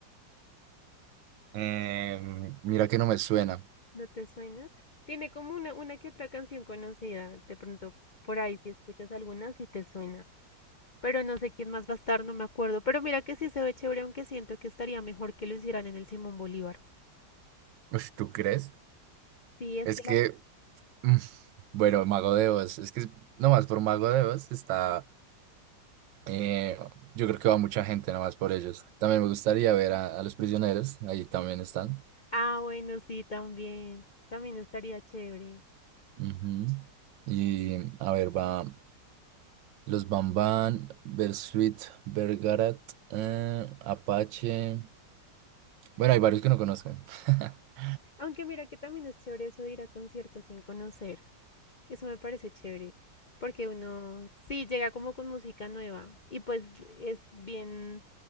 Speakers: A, on the right; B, on the left.
A: Eh, mira que no me suena.
B: ¿No te suena? Tiene como una, una que otra canción conocida. De pronto, por ahí, si escuchas alguna, sí te suena. Pero no sé quién más va a estar, no me acuerdo. Pero mira que sí se ve chévere, aunque siento que estaría mejor que lo hicieran en el Simón Bolívar.
A: Uf, ¿tú crees?
B: Sí, es
A: Es
B: que
A: que
B: la...
A: <laughs> Mm, Bueno, Mago de Oz, es que nomás por Mago de Oz está, eh, yo creo que va mucha gente nomás por ellos. También me gustaría ver a, a los prisioneros, ahí también están.
B: Ah, bueno, sí, también. También estaría chévere.
A: Ujú. Y a ver, va los Bamban, Bersuit, Bergarat, eh, Apache. Bueno, hay varios que no conozco. <laughs>
B: Aunque mira que también es chévere eso de ir a conciertos sin conocer. Eso me parece chévere. Porque uno sí llega como con música nueva y pues es bien